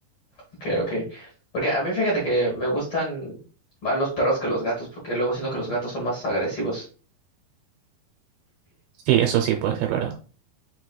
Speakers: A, on the left (about 65°); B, on the right (about 80°).
A: Ok, ok. Porque a mí fíjate que me gustan más los perros que los gatos, porque luego siento que los gatos son más agresivos.
B: Sí, eso sí puede ser verdad.